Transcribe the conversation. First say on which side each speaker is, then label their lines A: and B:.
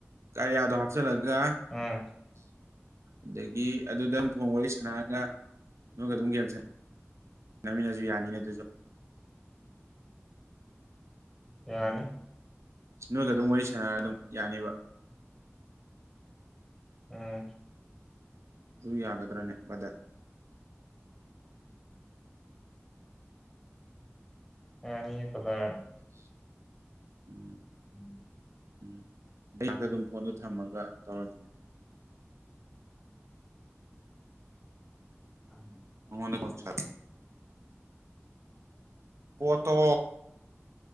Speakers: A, on the right; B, in the centre.
A: ꯀꯔꯤ ꯌꯥꯎꯗꯣ ꯍꯥꯠꯆꯂꯒ
B: ꯎꯝ
A: ꯑꯗꯒꯤ ꯑꯗꯨꯗ ꯐꯣꯡ ꯋꯥꯔꯤ ꯁꯥꯟꯅꯔꯒ ꯅꯣꯏꯒ ꯑꯗꯨꯝ ꯒꯦꯝ ꯁꯥꯟꯅꯃꯤꯟꯅꯁꯨ ꯌꯥꯅꯤꯅꯦ ꯑꯗꯨꯁꯨ
B: ꯌꯥꯅꯤ
A: ꯅꯣꯏꯒ ꯑꯗꯨꯝ ꯋꯥꯔꯤ ꯁꯥꯟꯅꯔꯒ ꯑꯗꯨꯝ ꯌꯥꯅꯦꯕ
B: ꯎꯝ
A: ꯑꯗꯨ ꯌꯥꯒꯗ꯭ꯔꯅꯦ ꯕꯗꯠ
B: ꯑꯦꯅꯤ ꯄꯇꯥ
A: ꯎꯝ
B: ꯎꯝ
A: ꯎꯝ ꯉꯥꯛꯇ ꯑꯗꯨꯝ ꯐꯣꯟꯗꯣ ꯊꯝꯃꯒ ꯇꯧꯔꯁꯤꯅꯦ
B: ꯑ
A: ꯃꯃꯗꯀꯣ ꯁꯥꯔ ꯄꯣꯠꯇꯣ